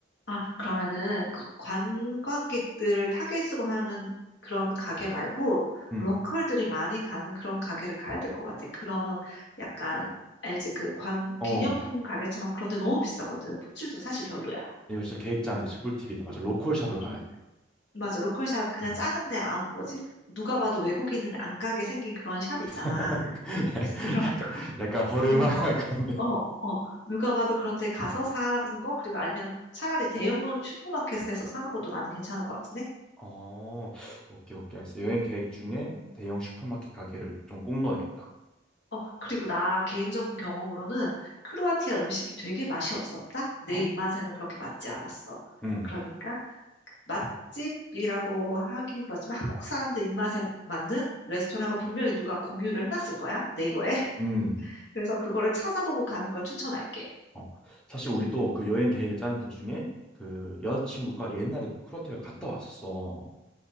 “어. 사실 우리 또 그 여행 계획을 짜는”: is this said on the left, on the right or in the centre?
Centre